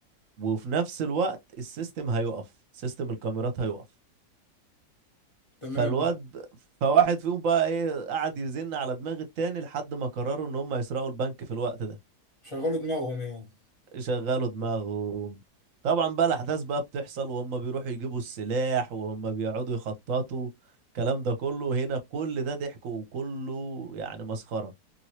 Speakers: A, on the right; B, on the left.
A: وفي نفس الوقت السيستم هيقف سيستم الكاميرات هيقف
B: تمام
A: فالواد فواحد فيهم بقى ايه قعد يزن على دماغ التاني لحد ما قرروا ان هم يسرقوا البنك في الوقت ده
B: شغلوا دماغهم يعني
A: شغلوا دماغهم طبعا بقى الاحداث بقى بتحصل وهم بيروحوا يجيبوا السلاح وهم بيقعدوا يخططوا الكلام ده كله هنا كل ده ضحك وكله يعني مسخرة